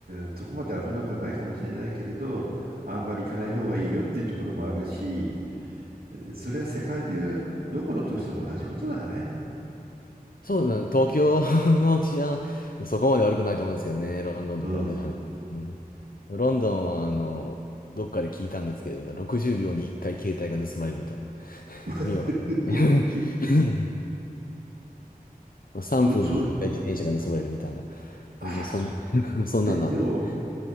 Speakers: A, on the right; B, on the left.
A: ーそこまで危なくはないかもしれないけれどあんまり行かない方がいいよっていうところもあるしえーそれは世界中どこの都市でも同じことだよね。
B: そうだね、東京 <laughs> の治安、そこまで悪くないと思うんですけどね、ロンドンと比べたらね。
A: うん、
B: うんロンドンは、あの、どっかで聞いたんですけど、60秒に1回携帯が盗まれるみたいな。意味わかんない。
A: <laughs>
B: <laughs> 3分に1回自転車が盗まれるみたいな。
A: そ、そああ、
B: もうそんな、
A: そう。
B: <laughs> そんなんなんで。
A: で、でも、